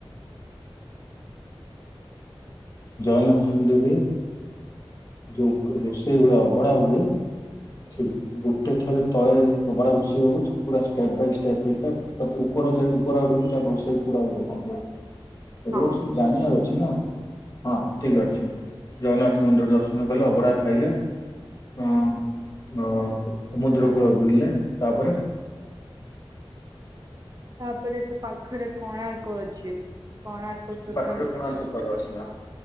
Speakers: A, on the left (about 35°); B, on the right (about 40°).
A: ଜଗନ୍ନାଥ ମନ୍ଦିରରେ ଯୋଉ ଘର ରୋଷେଇ ହୁଏ ଅଭଡା ହୁଏ ସେ ଗୋଟେ ଥରେ ତଳେ ଅଭଡ଼ା ରୋଷେଇ ହବ ସବୁ ପୁରା ଷ୍ଟେପ୍ ବାଇ ଷ୍ଟେପ୍ ହେଇଥାଏ। ତ ତୁ ଉପର ଯାଇ ଉପର ଆଡୁ ହିଁ ତାର ରୋଷେଇ ପୁରା ହୁଏ କମ୍ପ୍ଲିଟ୍। ଏଗୁରା
B: ହଁ
A: ସବୁ ଜାଣିବାର ଅଛି ନାଁ ହଁ ଠିକ୍ ଅଛି ଜଗନ୍ନାଥ ମନ୍ଦିର ଦର୍ଶ ହେନ କଲେ ଅଭଡ଼ା ଖାଇଲେ। ଅଁ ର ସମୁଦ୍ରକୂଳ ବୁଲିଲେ ତାପରେ।
B: ତାପରେ ସେ ପାଖରେ କୋଣାର୍କ ଅଛି। କୋଣାର୍କ
A: ସେ
B: ସୂର୍ଯ୍ୟ
A: ପାଖରେ
B: ମନ୍ଦିର
A: କୋଣାର୍କ କୁଆଡ଼ୁ ଆସିଲା